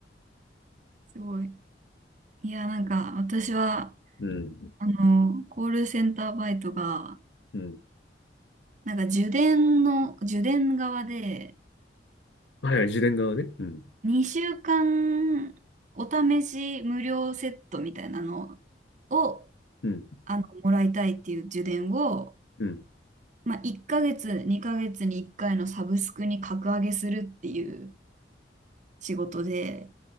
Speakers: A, on the right; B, on the left.
A: すごい。いや、なんか、私は、
B: うん。
A: あの、コールセンターバイトが、
B: うん。
A: なんか、受電の、受電側で、
B: はいはい、自伝側ね。うん。
A: 2週間、お試し無料セットみたいなのを、
B: うん。
A: あの、もらいたいっていう受電を、
B: うん。
A: まあ、1ヶ月、2ヶ月に1回のサブスクに格上げするっていう仕事で、